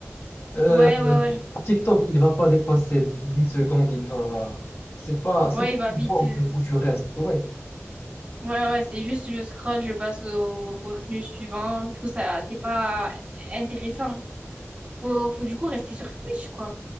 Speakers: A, on the left (about 55°); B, on the right (about 30°).
A: Euh,
B: ouais, ouais, ouais, je-
A: sur TikTok, il va pas dépasser 10 secondes, il va. C'est pas, c'est
B: ouais,
A: pas
B: il va
A: un
B: vite.
A: endroit où
B: euh,
A: tu, où tu restes, ouais.
B: Ouais, ouais, c'est juste je scrolle, je passe au contenu suivant. Du coup, ça, c'est pas intéressant. Faut, faut du coup rester sur Twitch, quoi.